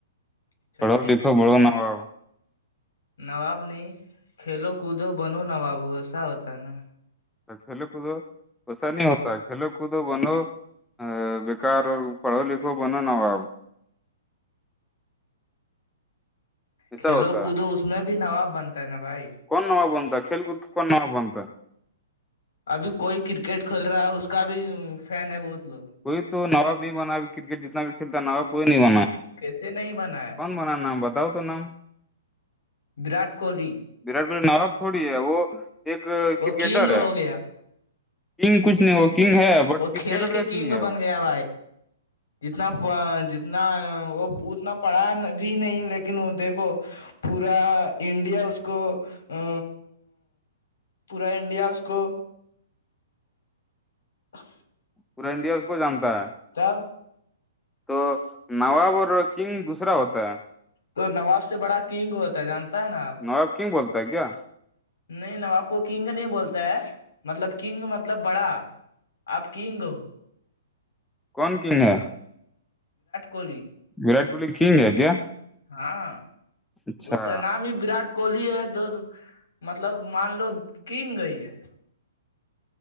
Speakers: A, on the left; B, in the centre.
A: اچھا
B: پڑھو
A: ٹھیک
B: لکھو بڑھو ن ہوا
A: نواب نہیں کھیلو کودو بنو نواب ایسا ہوتا ہے نا
B: کھیل کود اسا نہیں ہوتا کھیل کو بنو ا بیکار اور پڑھو لکھو بنو نا ہواب ایسا
A: کھیلو
B: ہوتا
A: کودو
B: ہے
A: اس میں بھی نواب بنتا ہے نا بھائی
B: کون ن ہوا بتا کھیل کود کون ن ہوا بتا
A: ابھی کوئی کرکٹ کھیل رہا ہے اس کا بھی فین ہے بہت لوگ
B: کوئی تو نواب نہیں بنا ا کرکٹ جتنا بھی کھیلتا نواب کوئی نہیں بنا
A: کیسے نہیں بنا ہے
B: کون بنا نام بتاؤ تو نام
A: وراٹ کوہلی
B: وراٹ کوہلی نواب تھوڑی ہے وہ ایک
A: وہ
B: کرکٹر
A: کنگ ہو
B: ہے
A: گیا
B: کنگ کچھ نہیں وہ کنگ ہے بٹ
A: وہ
B: کرکٹر
A: کھیل کے
B: کا
A: کنگ
B: ہے وہ
A: بن گیا بھائی جتنا جتنا وہ اتنا پڑھا بھی نہیں لیکن وہ دیکھو پورا انڈیا اس کو ا پورا انڈیا اس کو ہ
B: پورا انڈیا اس کو جانتا ہے
A: تب
B: تو نواب اور کنگ دوسرا ہوتا ہے
A: تو نواب سے بڑا کنگ ہوتا ہے جانتا ہے نا آپ
B: نواب کیوں بولتا ہے کیا
A: نہیں ن آپ کو کنگ نہیں بولتا ہے مطلب کنگ مطلب بڑا آپ کییں گو
B: کون کنگ ہے
A: کوہلی
B: وراٹ کوہلی کنگ ہے کیا
A: ہاں
B: اچھا
A: اس کا نام ہی وراٹ کوہلی ہے دو مطلب مان لو کن گئی ہے